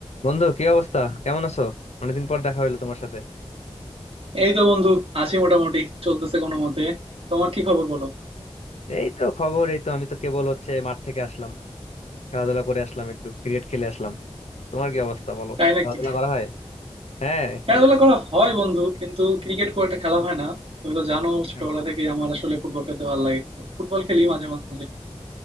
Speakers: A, on the left; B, on the right.
A: বন্ধু কি অবস্থা কেমন আছো অনেকদিন পর দেখা হইলো তোমার সাথে
B: এই তো বন্ধু আছি মোটামুটি চলতেছে কোনো মতে তোমার কি খবর বলো
A: এই তো খবর এই তো আমি তো কেবল হচ্ছে মাঠ থেকে আসলাম খেলাধুলা করে আসলাম একটু ক্রিকেট খেলে আসলাম তোমার কি অবস্থা বলো
B: তাই নাকি
A: খেলাধুলা করা হয় হ্যাঁ
B: খেলাধুলা
A: খেলে
B: করা হয় বন্ধু কিন্তু ক্রিকেট খুব একটা খেলা হয় না তুমি তো জানো ছোটবেলা
A: কেন
B: থেকে আমার আসলে ফুটবল খেলতে ভালো লাগে তো ফুটবল খেলি মাঝে মাঝে